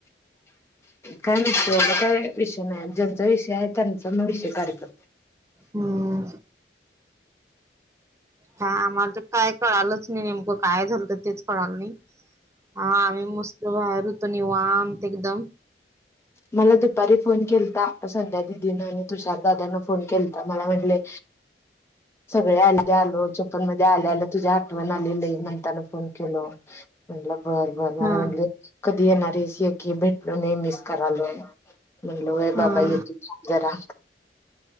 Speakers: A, on the left; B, on the right.
A: काय विषय काय विषय नाही ज्यांचा विषय आहे त्यांचा मग विषय काढला
B: हम्म ह आम्हा काय कळालच नाही नेमकं काय झालं तर तेच कळालं नाही आम्ही मस्त बाहेर त निवांत एकदम
A: मला दुपारी फोन केलाता संध्या दिदीनं आणि तुषारदादाना फोन केलता मला म्हटले. ह सगळे आले आलो चप्पन मध्ये आले आलं तुझ्या आठवण आलेलं आहे म्हणताना फोन केलं म्हटलं बरं बरं मला
B: हा
A: म्हटले कधी येणार स आहे की भेटल नाही मिस करायलय. म्हणलो आहे बाबा
B: हा
A: येेत जरा